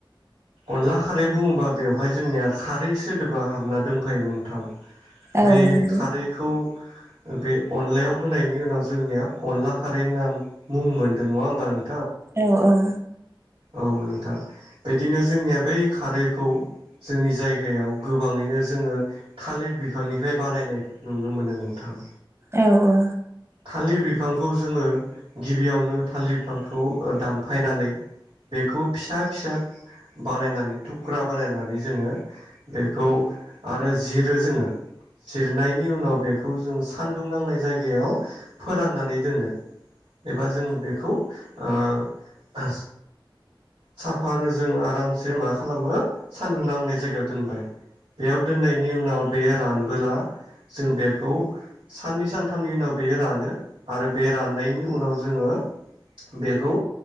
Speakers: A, on the right (about 70°); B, on the right (about 30°).
A: अनला खारै बुङोबा बेवहाय जोंनिया खारै सोदोबा हाबना दंफायो नोंथां‌
B: औ
A: बे
B: नोंगौ
A: खारैखौ बे अनलायाव होनायनि उनाव जोंनिया अनला खारैनि नाम मुं मोनदों नङा होमबा नों
B: औ औ
A: औ नोंथां बिदिनो जोंनिया बै खारैखौ जोंनि जायगायाव गोबांङैनो जोङो थालिर बिफांनिफ्राय बानायनाय नुनो मोनो नोंथां।
B: औ औ
A: थालिर बिफांखौ जोङो गिबियावनो थालिर बिफांखौ दानफायनानै बेखौ फिसा फिसा बानायनानै थुख्रा बानायनानै जोङो बेखौ आरो जिरो जोङो जिरनायनि उनाव बेखौ जों सानदुं नांनाय जायगायाव फोराननानै दोनो एबा जोङो बेखौ ओ साफानो जों आरामसे मा खालामो सान्दुं नांनाय जायगायाव दोनबाय । बेयाव दोननायनि उनाव बेयो रानबोला जों बेखौ साननै सानथामनि उनाव बेयो रानो आरो बे राननायनि उनाव जोंङो बेखौ